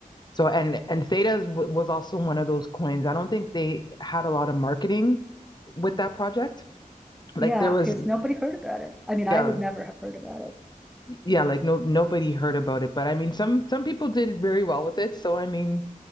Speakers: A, on the left; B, in the centre.
A: so and and Theta was also one of those coins. I don't think they had a lot of marketing with that project. Like
B: Yeah,
A: there was
B: because nobody heard about it. I mean,
A: yeah
B: I would never have heard about
A: Yeah, like no nobody heard about it, but I mean some some people did very well with it, so I mean,